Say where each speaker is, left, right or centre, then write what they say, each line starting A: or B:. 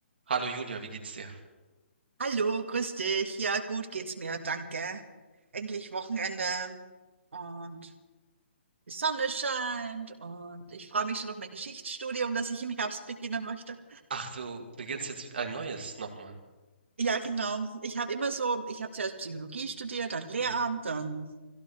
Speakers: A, on the right; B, on the right.
A: Hallo Julia, wie geht's dir?
B: Hallo, grüß dich. Ja, gut geht's mir, danke. Endlich Wochenende und die Sonne scheint und ich freue mich schon auf mein Geschichtsstudium, das ich im Herbst beginnen möchte.
A: Ach, du beginnst jetzt ein neues nochmal.
B: Ja, genau. Ich habe immer so, ich habe zuerst Psychologie studiert, dann Lehramt,
A: Mhm.
B: dann